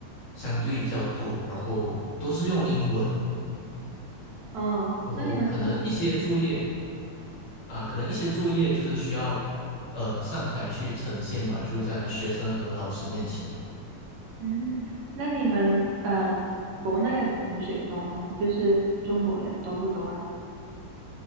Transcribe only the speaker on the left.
相对较多，然后都是用英文。
过后可能一些作业
啊，可能一些作业就是需要呃上台去呈现嘛，就在学生和老师面前。